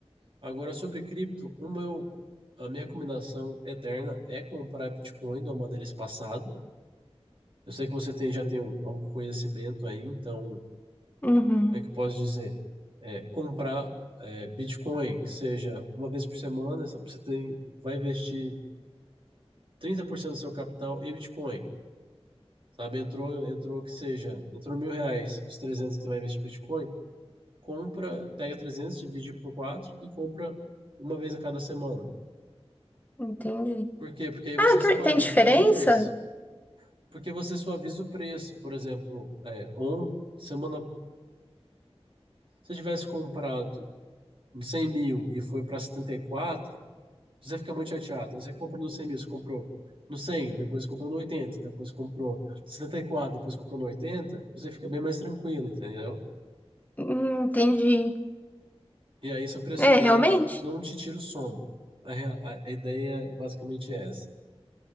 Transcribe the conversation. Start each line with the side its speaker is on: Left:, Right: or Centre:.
Right: Agora, sobre cripto, uma, eu- a minha recomendação eterna é comprar Bitcoin de uma maneira espaçada, Eu sei que você tem, já tem o- algum conhecimento aí, então,
Left: Uhum.
Right: é que eu posso dizer, é, comprar é, Bitcoin, que seja uma vez por semana, essa- você tem, vai investir 30% do seu capital em Bitcoin, sabe? Entrou, entrou que seja, entrou mil reais, os 300 que você vai investir em Bitcoin, compra, pega 300, divide por 4 e compra uma vez a cada semana.
Left: Entendi.
Right: Por quê? Porque aí você
Left: Ah,
Right: suaviza
Left: por- tem diferença?
Right: o preço. Porque você suaviza o preço, por exemplo, é, on, semana, se você tivesse comprado no 100 mil e foi para 74 você fica muito chateado. Você comprou no 100 mil, você comprou no 100 depois comprou no 80 depois comprou no 74 depois comprou no 80 você fica bem mais tranquilo, entendeu?
Left: Hum, Entendi.
Right: E aí seu preço
Left: É,
Right: médio
Left: realmente?
Right: não te tira o sono. A, rea- a- a ideia é basicamente essa.